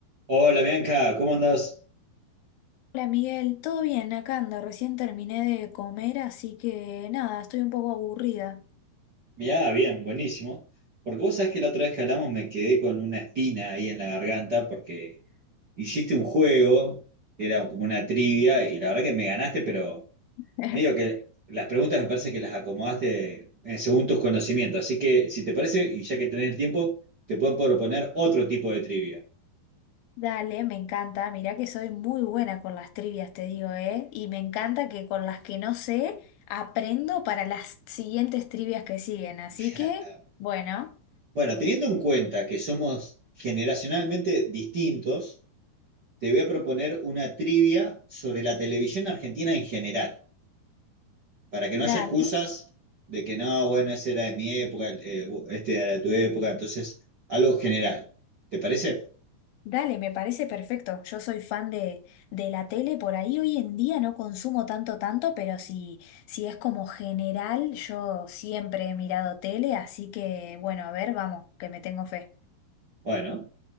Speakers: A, on the right; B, on the left.
A: Hola Bianca, ¿cómo andás?
B: Hola Miguel, ¿todo bien? Acá ando, recién terminé de comer, así que nada, estoy un poco aburrida.
A: Ya, bien, buenísimo. Porque vos sabés que la otra vez que hablamos me quedé con una espina ahí en la garganta porque hiciste un juego que era como una trivia y la verdad que me ganaste, pero
B: <laughs>
A: medio que las preguntas me parece que las acomodaste eh, según tus conocimientos. Así que si te parece, y ya que tenés el tiempo, te puedo proponer otro tipo de trivia.
B: Dale, me encanta, mirá que soy muy buena con las trivias, te digo, ¿eh? Y me encanta que con las que no sé, aprendo para las siguientes trivias que siguen, así
A: <laughs>
B: que, bueno,
A: Bueno, teniendo en cuenta que somos generacionalmente distintos, te voy a proponer una trivia sobre la televisión argentina en general, para que
B: dale.
A: no haya excusas de que no, bueno, ese era de mi época, eh, este era de tu época, entonces algo general. ¿Te parece?
B: Dale, me parece perfecto. Yo soy fan de, de la tele, por ahí hoy en día no consumo tanto, tanto, pero si, si es como general, yo siempre he mirado tele, así que bueno, a ver, vamos, que me tengo fe.
A: Bueno,